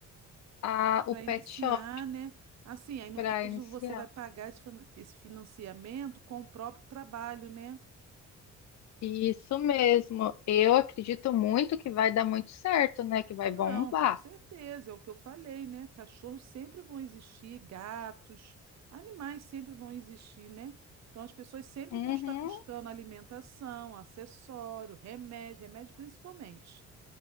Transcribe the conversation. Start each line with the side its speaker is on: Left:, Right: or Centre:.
Left: a, o
Right: para
Left: pet
Right: iniciar,
Left: shop
Right: né? Assim, aí no
Left: para
Right: caso
Left: iniciar.
Right: você vai pagar esse fin- esse financiamento com o próprio trabalho, né?
Left: Isso mesmo. Eu acredito muito que vai dar muito certo, né? Que vai
Right: Não,
Left: bombar.
Right: com certeza, é o que eu falei, né? Cachorros sempre vão existir, gatos, animais sempre vão existir, né? Então as pessoas sempre
Left: Uhum,
Right: vão estar buscando alimentação, acessório, remédio, remédio principalmente.